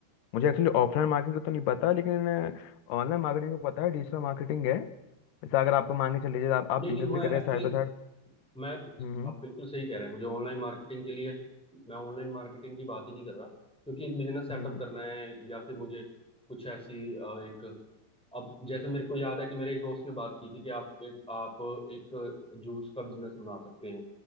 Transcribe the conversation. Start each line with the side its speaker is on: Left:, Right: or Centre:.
Left: मुझे एक्चुअली ऑफलाइन मार्केटिंग का तो नहीं पता लेकिन ऑनलाइन मार्केटिंग का पता है डिजिटल मार्केटिंग है जैसे अगर आपको मांगे चल लीजिए आप, आप
Centre: नहीं
Left: बिजनेस
Centre: नहीं मैं
Left: भी कर रहे
Centre: एक्चुअली
Left: हैं साइड बाय साइड
Centre: मैं
Left: हम्म
Centre: आप बिल्कुल सही कह रहे हैं मुझे ऑनलाइन मार्केटिंग के लिए मैं ऑनलाइन मार्केटिंग की बात ही नहीं कर रहा क्योंकि एक बिजनेस सेटअप
Left: हम्म
Centre: करना है या फिर मुझे कुछ ऐसी अ, एक अब जैसे मेरे को याद है कि मेरे एक दोस्त ने बात की थी कि आप एक आप एक जूस का बिजनेस बना सकते हैं